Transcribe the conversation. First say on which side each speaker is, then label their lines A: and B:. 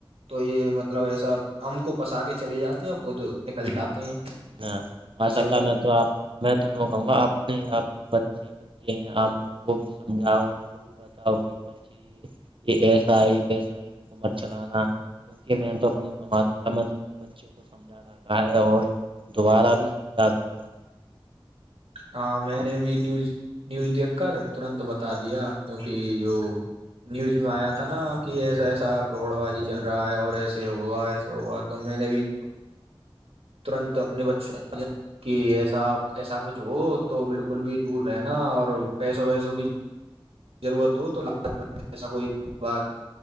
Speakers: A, on the right; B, on the right.
A: تو یہ مطلب ایسا ام کو پسا کے چلے جاتے ہیں خود نکل
B: ہ
A: جاتے ہیں
B: ہ ماشاء
A: ایسا
B: اللہ
A: پر
B: میں تو آپ <unintelligible> میں تو ن کہوں گا آپ نے آپ کے بچے بچے ہیں آ ان کو بھی سمجھاؤ ان کو بھی بتاؤ کہ بچے یہ یہ ایسا ہے ویسا ہے حکومت چلانا کیوںکہ میں تو اپنے مما ص اللہ میں تو اپنے بچوں کو سمجھا رہا ہے اور دوبارہ بھی سمجھا دوں گا
A: ہاں میں
B: اب
A: نے بھی نیوز نیوز دیکھ کر ترنت بتا دیا کیوںکہ جو نیوز میں آیا تھا نا کہ ایسا ایسا پروڑ بازی
B: ہ
A: چل رہا ہے اور ایسے ہوا ایسے ہوا میں نے بھی ترنت اپنے بچوں دیا کہ ایسا ایسا جو تو بالکل بھی دور رہناا اور پیسوں ویسوں کی ضرورت ہو تو جسا کوئی بات